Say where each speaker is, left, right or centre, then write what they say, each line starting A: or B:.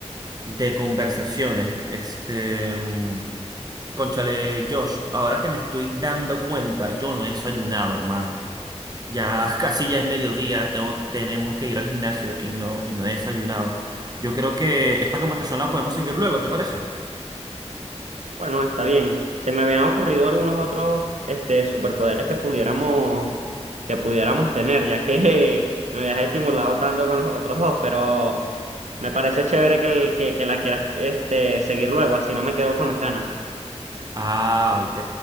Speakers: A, on the right (about 35°); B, on the right (about 80°).
A: de conversaciones. Este, mm, cónchale, Josh, ahora que me estoy dando cuenta, yo no he desayunado, hermano. Ya <laughs> casi ya es mediodía, tengo, tenemos que ir al gimnasio y no, y no he desayunado. Yo creo que esta conversación la podemos seguir luego, ¿te parece?
B: Bueno, está bien. Se me habían ocurrido algunos otros este, superpoderes que pudiéramos, que pudiéramos tener, ya que <laughs> me habías estimulado tanto con los otros dos, pero me parece chévere que, el- que, que la quieras este, seguir luego, así no me quedo con las ganas.
A: Ah, ok.